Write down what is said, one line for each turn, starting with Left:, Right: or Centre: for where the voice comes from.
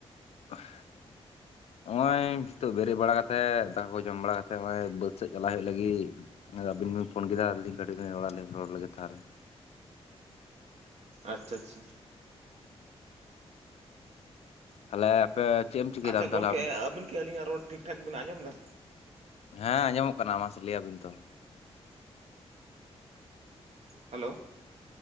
Left: <unintelligible> ᱱᱚᱜ-ᱚᱸᱭᱻ ᱱᱤᱛᱚᱜ ᱵᱮᱨᱮᱫ ᱵᱟᱲᱟ ᱠᱟᱛᱮᱜ ᱫᱟᱠᱟ ᱠᱚ ᱡᱚᱢ ᱵᱟᱲᱟ ᱠᱟᱛᱮᱜ ᱱᱚᱜ-ᱚᱸᱭ ᱵᱟᱹᱛᱷ ᱥᱮᱜ ᱪᱟᱞᱟᱜ ᱦᱩᱭᱩᱜ ᱞᱟᱹᱜᱤᱜ᱾ ᱟᱹᱵᱤᱱ ᱵᱤᱱ ᱯᱷᱩᱱ ᱠᱤᱫᱟ ᱟᱨ ᱞᱤᱧ ᱠᱟᱹᱴᱤᱡ ᱞᱤᱧ ᱨᱚᱲᱟ ᱞᱤᱧ ᱨᱚᱲ ᱨᱮᱜᱮ ᱞᱟᱹᱜᱤᱜ ᱛᱟᱦᱚᱞᱮ᱾
Right: ᱟᱪᱷᱟ ᱟᱪᱷᱟ᱾
Left: ᱛᱟᱦᱚᱞᱮ ᱟᱯᱮ ᱪᱮᱫ ᱮᱢ ᱪᱤᱠᱟᱹᱭᱮᱫᱟ
Right: ᱟᱪᱷᱟ
Left: ᱟᱢ
Right: ᱜᱚᱝᱠᱮ
Left: ᱛᱟᱦᱚᱞᱮ
Right: ᱟᱹᱵᱤᱱ ᱠᱤ ᱟᱹᱞᱤᱧᱟᱜ ᱨᱚᱲ ᱴᱷᱤᱠᱼᱴᱷᱟᱠ ᱵᱤᱱ ᱟᱸᱡᱚᱢ ᱫᱟ?
Left: ᱦᱮᱸ ᱟᱸᱡᱚᱢᱚᱜ ᱠᱟᱱᱟ ᱢᱟᱥᱮ ᱞᱟᱹᱭᱟ ᱵᱤᱱ ᱛᱚ?
Right: ᱦᱮᱞᱳᱣ᱾